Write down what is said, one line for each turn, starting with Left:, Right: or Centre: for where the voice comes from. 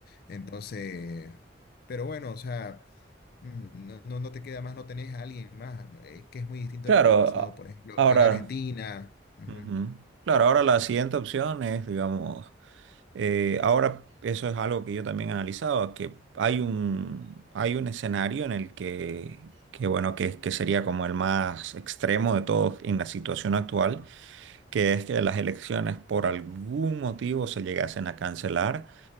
Left: Entonces, pero bueno, o sea, mm, no, no, no te queda más, no tenés a alguien más, ¿no? Eh, que es muy distinto
Right: Claro,
Left: de lo que ha pasado,
Right: a-
Left: por ejemplo,
Right: ahora,
Left: en Argentina. Ujú.
Right: ujú. Claro, ahora la siguiente opción es, digamos, Eh, ahora, eso es algo que yo también he analizado, que hay un, hay un escenario en el que, que bueno, que, que sería como el más extremo de todos en la situación actual, que es que las elecciones por algún motivo se llegasen a cancelar